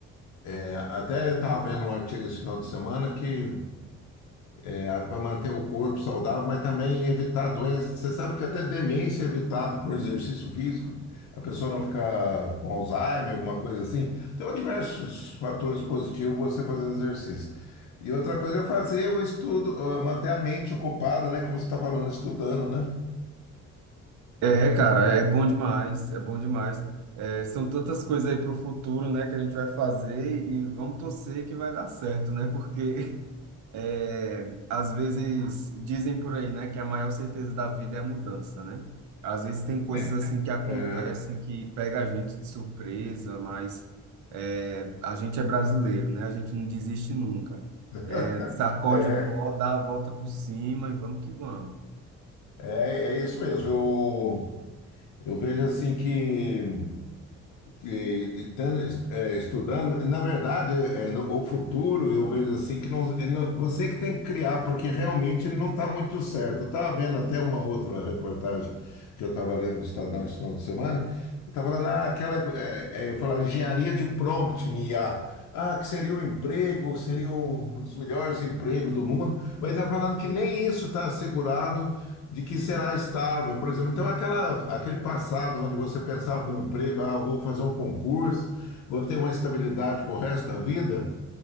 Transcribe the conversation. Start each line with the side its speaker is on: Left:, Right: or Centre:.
Left: É, até estava vendo um artigo esse final de semana que é para manter o corpo saudável, mas também evitar doenças. Você sabe que até demência é evitado por exercício físico, a pessoa não ficar com Alzheimer, alguma coisa assim. Então, diversos fatores positivos você fazendo exercício. E outra coisa é fazer o estudo, eh, manter a mente ocupada, né? Como você está falando, estudando, né?
Right: É, cara, é bom demais, é bom demais. É, são tantas coisas aí para o futuro, né, que a gente vai fazer e vamos torcer que vai dar certo, né? Porque <laughs> é, às vezes dizem por aí, né, que a maior certeza da vida é a mudança, né? Às vezes tem coisas
Left: É,
Right: assim que acontecem
Left: é,
Right: que pega a gente de surpresa, mas é, a gente é brasileiro, né? A gente não desiste nunca.
Left: <laughs>
Right: É, Sacode
Left: é,
Right: o pó, dá a volta por cima e vamos que vamos.
Left: é é isso mesmo. Eu, eu vejo assim que que estando, é, estudando, na verdade, é, no- o futuro eu vejo assim que não, ele não- você que tem que criar, porque realmente não está muito certo. Eu estava vendo até uma outra reportagem que eu estava lendo do Estadão esse final de semana, estava falando ah, aquela é, é, falar engenharia de prompt em IA. Ah, que seria o emprego, seria um dos melhores empregos do mundo, mas está falando que nem isso está assegurado de que será estável, por exemplo. Então, aquela, aquele passado onde você pensava no emprego, ah, vou fazer um concurso, vou ter uma estabilidade para o resto da vida,